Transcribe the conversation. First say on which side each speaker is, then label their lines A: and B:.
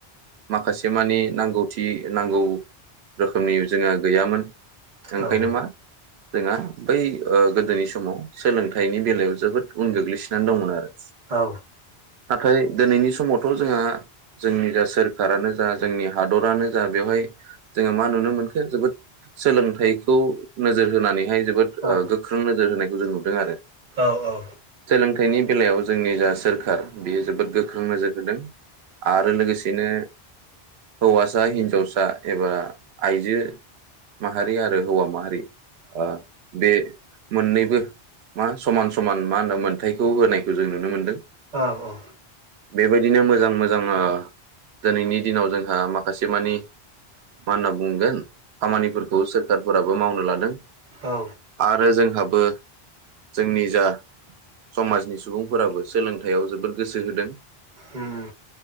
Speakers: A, on the right; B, on the right.
A: माखासे मानि नांगौथि नांगौ रोखोमनि जोंहा गैयामोन। ओंखायनो
B: औ नोंथां
A: मा जोंहा बै ओ गोदोनि समाव सोलोंथाइनि बेलायाव जोबोद उन गोग्लैसोनानै दंमोन आरो।
B: औ
A: नाथाय दिनैनि समावथ' जोंहा जोंनि जा सोरखारानो जा जोंनि हादरानो जा बेवहाय जोङो मा नुनो मोनख जोबोद सोलोंथाइखौ नोजोर होनानै जोबोद
B: औ
A: ओ गोख्रों नोजोर होनाय जों नुदों आरो
B: औ औ।
A: सोलोंथाइनि बेलायाव जोंनि जा सोरखार बियो जोबोद गोख्रों नोजोर होदों आरो लोगोसेनो हौवासा हिनजावसा एबा आइजो माहारि आरो हौवा माहारि ओ बे मोननैबो मा समान समान मा होनो मोन्थथायखौ होनायखौ जों नुनो मोनदों।
B: औ औ।
A: बेबायदिनो मोजां मोजां ओ दिनैनि दिनाव जोंहा माखासे मानि मा होनना बुंगोन खामानिफोरखौ सोरखारफोराबो मावनो लादों।
B: औ
A: आरो जोंहा बो जोंनि जा समाजनि सुबुंफोराबो सोलों थाइयाव जोबोद गोसो होदों।
B: उम।